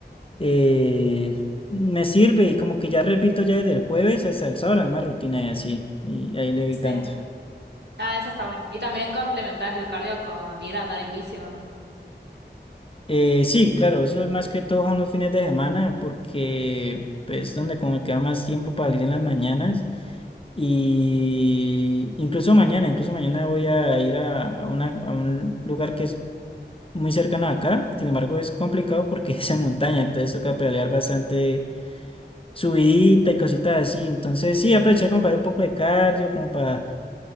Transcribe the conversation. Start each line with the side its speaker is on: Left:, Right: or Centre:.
Left: eh, me sirve y como que ya repito ya desde el jueves hasta el sábado la misma rutina y así, y ahí le doy
Right: sí.
Left: tanto.
Right: Ah, eso está bueno. Y también complementás el cardio con ir a andar en bici, ¿o no?
Left: Eh, sí, claro, eso es más que todo son los fines de semana porque pues, es donde como me queda más tiempo para ir en las mañanas y incluso mañana, incluso mañana voy a ir a, a una- a un lugar que es muy cercano a acá, sin embargo es complicado porque <laughs> es en montaña, entonces toca pedalear bastante subidita y cositas así, entonces sí, aprovechar como para hacer un poco de cardio, como para